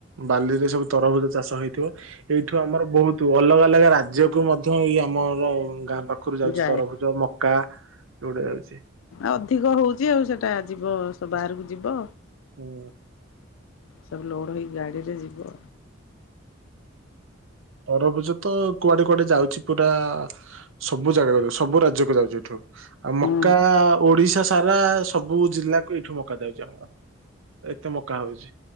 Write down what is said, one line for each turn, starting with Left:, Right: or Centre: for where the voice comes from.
Right: ବାଲିରେ ସବୁ ତରଭୁଜ ଚାଷ ହେଇଥିବ ଏଇଠୁ ଆମର ବହୁତ ଅଲଗା ଅଲଗା ରାଜ୍ୟକୁୁ ମଧ୍ୟ ଏଇ ଆମ ଆ ଗାଁ ପାଖରୁ ଯାଉଚି
Left: ଯାଏ
Right: ତରଭୁଜ ମକା ଏଉଡ଼ା ଯାଉଚି।
Left: ଅଧିକ ହଉଚି ଆଉ ସେଇଟା ଯିବ ବାହାରକୁ ଯିବ।
Right: ହୁଁ
Left: ସବୁ ଲୋଡ଼ ହେଇକି ଗାଡ଼ିରେ ଯିବ।
Right: ତରଭୁଜ ତ କୁଆଡ଼େ କୁଆଡ଼େ ଯାଉଚି ପୁରା ସବୁ ଜାଗାକୁ ଯାଉ ସବୁ ରାଜ୍ୟକୁ ଯାଉଚି ଏଠୁ। ଆଉ
Left: ହୁଁ
Right: ମକା ଓଡିଶା ସାରା ସବୁ ଜିଲ୍ଲାକୁ ଏଇଠୁ ମକା ଯାଉଚି ଆମର। ଏତେ ମକା ହଉଚି